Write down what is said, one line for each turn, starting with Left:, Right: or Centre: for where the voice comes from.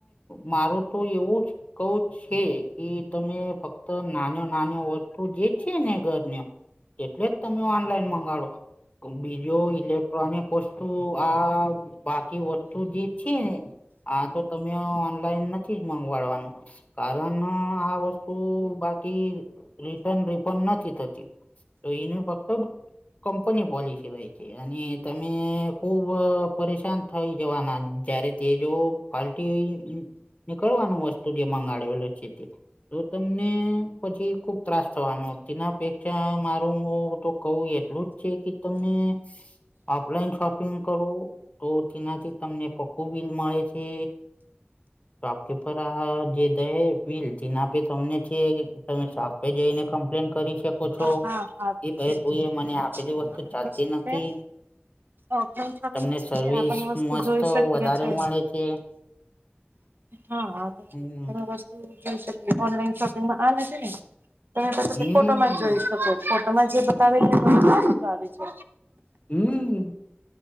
Left: મારું તો એવું જ કઉ છે કે તમે ફક્ત નાન નાન વસ્તુ જે છે, ને ઘર્યો એટલે જ તમે ઓનલાઈન મંગાડો બીજો ઇલેક્ટ્રોનિક વસ્તુ આ બાકી વસ્તુ જે છે ને આ તો તમે ઓનલાઈન નથી જ મંગવાડવાનું, કારણ આ વસ્તુ બાકી રિટન રિફંડ નથી થતી, તો એને ફક્ત <unintelligible> અને તમે ખુબ પરેશાન થઈ જવાના, જયારે તે જો કાલથી નીકળવાનું વસ્તુ જે મંગાડેલ <unintelligible> તો તમને પછી ખુબ ત્રાસ થવાનો તેના અપેક્ષા મારું હુ તો કહું એટલુંજ છે કે તને ઓફલાઈન શોપિંગ કરો તો તેનાથી તમને પક્કું બિલ મળે છે. વાક્ય પર આ જે દહે પીલ તે નાપે તમને છે, તમે પ જઈને કમ્પ્લેન કરી શકો છો
Right: હા આ તો
Left: એ ભાઈ
Right: છે જ
Left: તું એ મને આપેલી વસ્તુ
Right: આ
Left: ચાલતી
Right: તો શું
Left: નથી,
Right: છે ઓફલાઈન શોપિંગ
Left: તમને
Right: સુ
Left: સર્વિસ
Right: છે, આપની
Left: મસ્ત
Right: વસ્તુ જોઈ શકીયે
Left: વધારે
Right: છે
Left: મળે છે
Right: હ હા <unintelligible>
Left: હમ
Right: વસ્તુ જોઈ શકીયે ઓનલાઈન શોપિંગમાં આ નથી ને તેતો
Left: હમ
Right: <unintelligible> ફોટોમાંજ જોઈ. તો ફોટોમાં જે બતાવે છે આવે છે
Left: હમ્મ